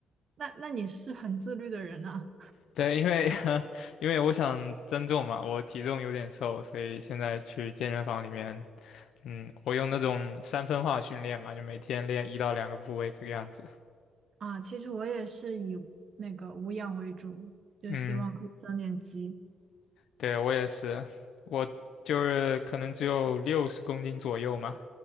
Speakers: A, on the right; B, on the left.
A: 那那你是很自律的人啊？
B: 对，因为 <laughs> 因为我想增重嘛，我体重有点瘦，所以现在去健身房里面，嗯，我用那种三分化训练嘛，就每天练一到两个部位这个样子。
A: <laughs> 啊，其实我也是以那个无氧为主，就希望可以增点肌。
B: 嗯。对，我也是，我就是可能只有六十公斤左右嘛，